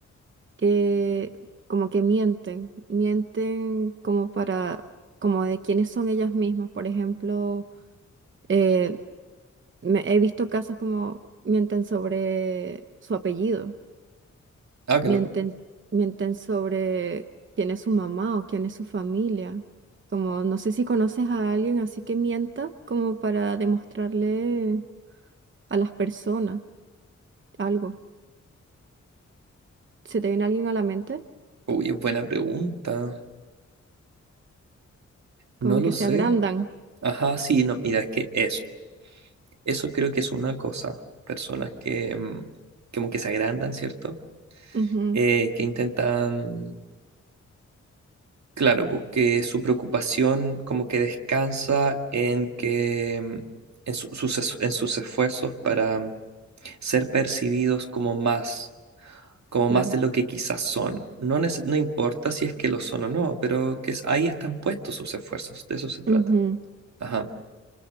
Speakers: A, on the right (about 40°); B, on the right (about 70°).
A: que como que mienten? Mienten como para, como de quiénes son ellas mismas. Por ejemplo, eh, me- he visto casos como mienten sobre su apellido.
B: Ah, qué
A: mienten,
B: loco.
A: mienten sobre quién es su mamá o quién es su familia. Como no sé si conoces a alguien así que mienta como para demostrarle a las personas algo. ¿Se te viene alguien a la mente?
B: Uy, es buena pregunta.
A: Como
B: No lo
A: que
B: sé.
A: se agrandan.
B: Ajá, sí, no, mira, es que eso. Eso creo que es una cosa. Personas que mm, como que se agrandan, ¿cierto?
A: Ujú,
B: Eh, que intentan, claro, porque su preocupación como que descansa en que mm, en su- sus, es- en sus esfuerzos para mm, ser percibidos como más. como
A: claro.
B: más de lo que quizás son. No, neces- no importa si es que lo son o no, pero que es- ahí están puestos sus esfuerzos, de eso se trata.
A: Ujú.
B: Ajá.